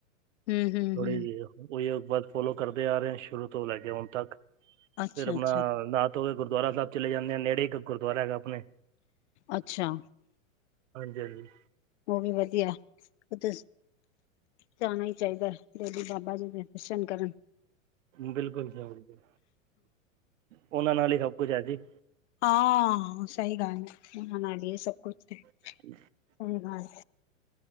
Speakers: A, on the left (about 60°); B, on the right (about 70°).
A: ਹੂੰ-ਹੂੰ-ਹੂੰ,
B: ਥੋੜੀ ਜੀ ਓ। ਉਹੀਓ ਬਾਦ ਫੋਲੋ ਕਰਦੇ ਆ ਰਹੇ ਸ਼ੁਰੂ ਤੋਂ ਲੈ ਕੇ ਹੁਣ ਤੱਕ,
A: ਅੱਛਾ-ਅੱਛਾ,
B: ਫਿਰ ਆਪਣਾ
A: ਅੱਛਾ। ਅੱਛਾ
B: ਨਾ ਗੁਰਦੁਆਰਾ ਸਾਹਿਬ ਚਲੇ ਜਾਂਨੇ ਆ, ਨੇੜੇ ਇੱਕ ਗੁਰਦੁਆਰਾ ਹੈਗਾ ਆਪਣੇ।
A: ਅੱਛਾ,
B: ਹਾਂਜੀ-ਹਾਂਜੀ
A: ਉਹ ਵੀ ਵਧੀਆ, ਉਥੇ ਜਾਣਾ ਹੀ ਚਾਹੀਦਾ ਏ, ਡੇਲੀ ਬਾਬਾ ਜੀ ਦੇ ਦਰਸ਼ਨ ਕਰਨ।
B: ਬਿਲਕੁਲ ਜਾਨਾ, ਉਹਨਾਂ ਨਾਲ ਹੀ ਸਭ ਕੁਛ ਹੈ ਜੀ।
A: ਹਾਂ ਸਹੀ ਗੱਲ ਏ ੳਹਨਾ ਨਾਲ ਹੀ ਏ ਸਭ ਕੁਛ ਤੇ।
B: <unintelligible>
A: ਸਹੀ ਗਲ ਏ।